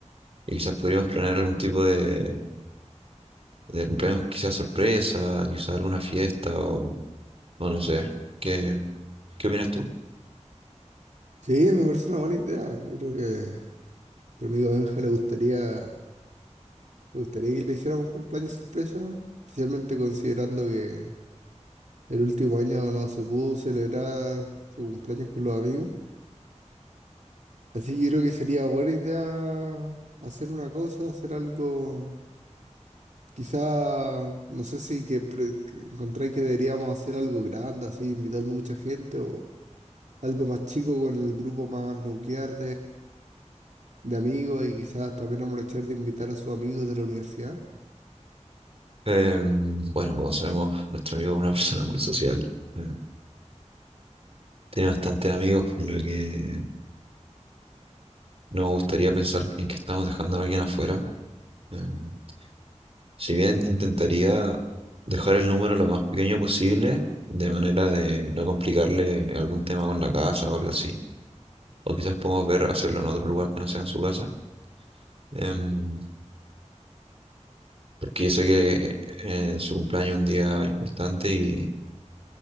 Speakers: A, on the right; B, on the right.
A: y quizás podríamos planear algún tipo de, de cumpleaños, quizás sorpresa, quizás alguna fiesta o, o no sé. ¿Qué, qué opinas tú?
B: Sí, me parece una buena idea. Yo creo que a nuestro amigo Benja le gustaría, le gustaría que le hiciéramos un cumpleaños sorpresa, especialmente considerando que el último año no se pudo celebrar su cumpleaños con los amigos. Así que yo creo que sería buena idea hacer una cosa, hacer algo, quizá, no sé si que pre- que encontráis que deberíamos hacer algo grande, así invitando mucha gente o algo más chico con el grupo más nuclear de amigos y quizás también aprovechar de invitar a sus amigos de la universidad.
A: Em, bueno, como sabemos, nuestro amigo es una persona muy social. eh, tiene bastantes amigos, por lo que no me gustaría pensar en que estamos dejando a alguien afuera. Em, si bien intentaría dejar el número lo más pequeño posible, de manera de no complicarle algún tema con la casa o algo así, o quizás podemos ver hacerlo en otro lugar que no sea en su casa, Em, porque yo sé que eh, su cumpleaños es un día importante y,